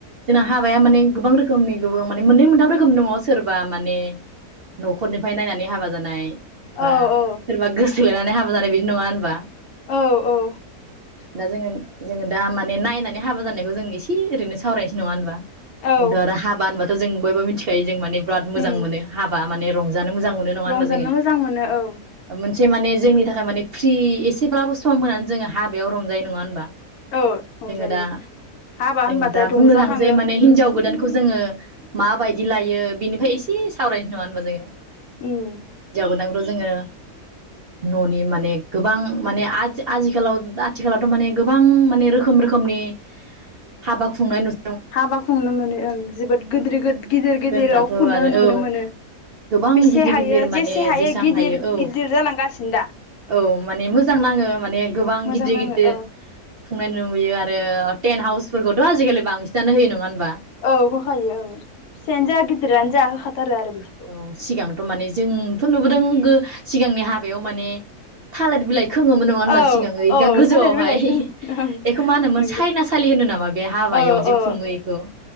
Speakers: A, on the right (about 70°); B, on the left (about 75°).
A: जोंना हाबाया माने गोबां रोखोमनि गो माने मोननै मोनथाम रोखोम दङ सोरबा माने न'खरनिफ्राय नायनानै हाबा जानाय बा
B: औ औ
A: सोरबा गोस थोलायनानै हाबा जानाय बिदि नङा ओनबा?
B: औ औ
A: दा जोङो जोङो दा माने नायनान नै हाबा जानायखौ जों इसे ओरैनो सावरायसै नङा ओनबा?
B: औ
A: एकद आरो हाबाहोनबाथ जों बायबो मिथि खायो जों माने बिराद मोजां
B: उम
A: मोनो हाबा माने रंज जानो मोजां मोनो नङा
B: रंजानो
A: ओनबा जोङो
B: मोजां मोनो औ
A: मोन से माने जोंनि थाखाय माने फ्रि इसेब्लाबो सम होनानै जोङो हाबायाव रंजायो नङा ओनबा?
B: औ रंजायो।
A: दा
B: हाबा होनबाथाय
A: जों दा
B: रंजाखाङो
A: बुंनो थांसै माने हिनजाव
B: उम
A: गोदानखौ जोङो माबायदि लायो बिनिफाय इसे सावरायनोसै नङा ओनबा जोङो हिन्जाव
B: उम
A: गोदान <unintelligible> जोङो न'नि माने गोबां माने आजि आजिखालाव आथिखालावथ' माने गोबां माने रोखोम रोखोम खोमनि हाबा खुंनाय नुज
B: हाबा खुंनो मोनो ओं जोबोद गोद्रिद गोद गिदिर गिदिराव
A: दाथ'
B: खुनो
A: आरो
B: नुनो
A: औ
B: मोनो
A: गोबां
B: बेसे
A: गिदिर
B: हायो
A: गिदिर माने
B: जेसे हायो
A: जेसां
B: गिदिर
A: औ
B: गिदिर जालांगासिनो दा
A: औ माने मोजां नाङो माने गोबां
B: मोजां
A: गिदिर
B: नाङो
A: गिदिर
B: औ
A: खुंनाय नुयो आरो टेन्ट हाउसफोरखौथ' आजिखालि बांसिनानो होयो नङा
B: औ होखायो ओं फिसायानो जा गिदिरानो जा होखा यो आरो बिदिखौ
A: औ सिगांथ' माने जोंथ' नुबोदों गो सिगांनि हाबायाव माने थालिर बिलाइ सोङोमोन नङा होनबा
B: औ
A: सिगां ओ
B: औ
A: गोजौआवहाय।
B: थालिर बिलाइखौ ओं
A: बेखौ मा होनोमोन?
B: नंगौ
A: सायनासालि होनो नामा बे हाबायाव
B: औ
A: जि
B: औ
A: खुङो इखौ।